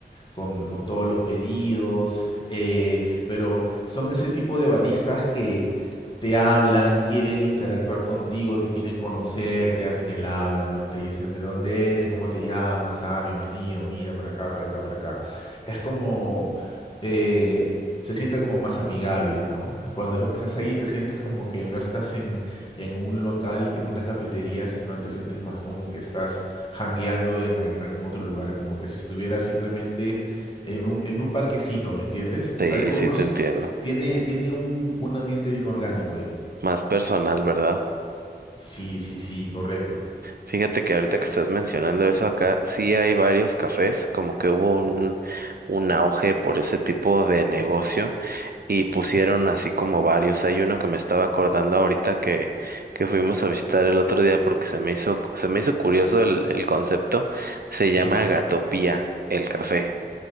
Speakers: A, on the left; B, on the right.
A: con, con todos los pedidos, eh, pero son ese tipo de baristas que te hablan, quieren interactuar contigo, te quieren conocer, te hacen el habla, ¿no? Te dicen de dónde eres, cómo te llamas, ah, bienvenido, mira, por acá, por acá, por acá. Es como, eh, se siente como más amigable, ¿no? Cuando estás ahí te sientes como que no estás en, en un local, en una cafetería, sino te sientes más como que estás hangueando en al- algún otro lugar, como que si estuvieras simplemente en un, en un parquecito, ¿me entiendes?
B: Sí,
A: Algo,
B: sí
A: no,
B: te
A: s-
B: entiendo.
A: tiene, tiene un, un ambiente bien orgánico ahí.
B: Más personal, ¿verdad?
A: Sí, sí, sí, correcto.
B: Fíjate que ahorita que estás mencionando eso acá, sí hay varios cafés, como que hubo un, un auge por ese tipo de negocio. y pusieron así como varios. Hay uno que me estaba acordando ahorita que, que fuimos a visitar el otro día porque se me hizo, se me hizo curioso el, el concepto. Se llama
A: Ujú.
B: Gatopía, el café.